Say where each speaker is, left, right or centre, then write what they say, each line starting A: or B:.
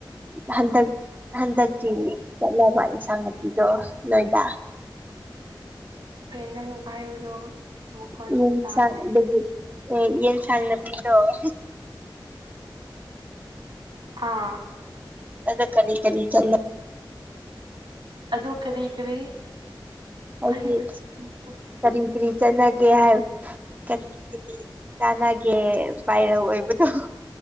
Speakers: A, on the right (about 20°); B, on the right (about 85°).
A: ꯍꯟꯗꯛ ꯍꯟꯗꯛꯀꯤ ꯆꯠꯂꯕ ꯏꯟꯁꯥꯡ ꯅꯥꯄꯤꯗꯣ ꯅꫭꯏꯗꯥ
B: ꯀꯩ ꯅꯪ ꯍꯥꯏꯕꯗꯣ ꯃꯈꯣꯟ
A: <unintelligible>
B: ꯇꯥꯗꯦ
A: ꯑꯗꯨꯗꯒꯤ ꯌꯦꯟ ꯁꯥꯡ ꯅꯄꯤꯗꯣꯡ
B: ꯑꯥ
A: ꯑꯗꯥ ꯀꯔꯤ ꯀꯔꯤ <unintelligible>
B: ꯑꯗꯨ ꯀꯔꯤ ꯀꯔꯤ
A: ꯍꯥꯏꯗꯤ
B: ꯑꯩ <unintelligible>
A: ꯀꯔꯤ ꯀꯔꯤ ꯆꯠꯂꯒꯦ ꯍꯥꯏ ꯀꯔꯤ ꯀꯔꯤ ꯀꯥꯟꯅꯒꯦ ꯚꯥꯏꯔ ꯑꯣꯏꯕꯗꯣ